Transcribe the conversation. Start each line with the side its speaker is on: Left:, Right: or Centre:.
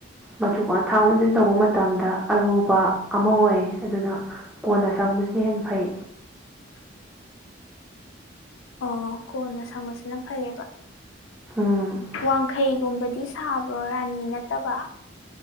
Centre: ꯃꯆꯨ ꯑꯣꯟꯊꯥꯡ ꯑꯣꯟꯖꯤꯟ ꯇꯧꯕ ꯃꯇꯝꯗ ꯑꯔꯨꯕ ꯑꯃ ꯑꯣꯏ ꯑꯗꯨꯅ ꯀꯣꯟꯅ ꯁꯪꯕꯁꯤꯅ ꯍꯦꯟꯅ ꯐꯩ
Left: ꯑꯣ ꯀꯣꯟꯅ ꯁꯪꯕꯁꯤꯅ ꯐꯩꯌꯦꯕ
Centre: ꯎꯝ
Left: ꯋꯥꯡꯈꯩꯒꯨꯝꯕꯗꯤ ꯁꯥꯕ꯭ꯔꯣ ꯔꯥꯅꯤ ꯅꯠꯇꯕ